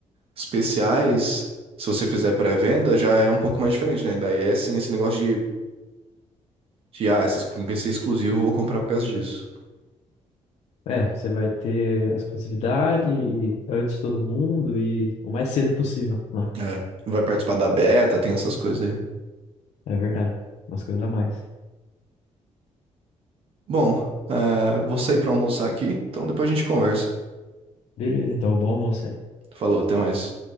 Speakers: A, on the right (about 55°); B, on the left (about 70°).
A: especiais. Se você fizer pré-venda, já é um pouco mais diferente, né? Daí é sim esse negócio de, de ah, essa skin vai ser exclusiva, eu vou comprar por causa disso.
B: É, você vai ter a exclusividade e antes de todo mundo e o mais cedo possível, né?
A: É. Vai participar da beta, tem essas coisas aí.
B: É verdade, umas coisas a mais.
A: Bom, é, vou sair pra almoçar aqui, então depois a gente conversa.
B: Beleza, então, bom almoço aí.
A: Falou, até mais.